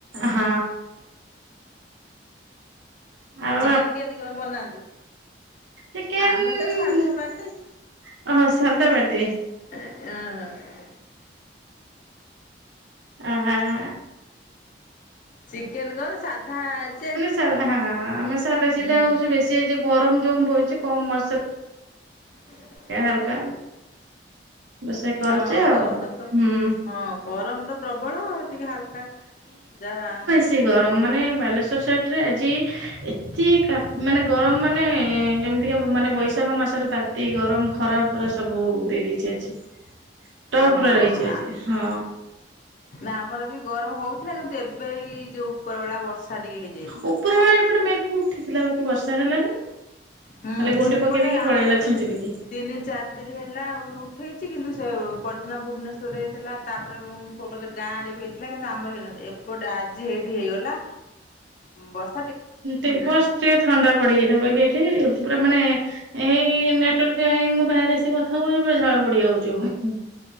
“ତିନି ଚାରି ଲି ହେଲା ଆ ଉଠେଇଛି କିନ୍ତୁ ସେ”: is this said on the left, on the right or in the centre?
Left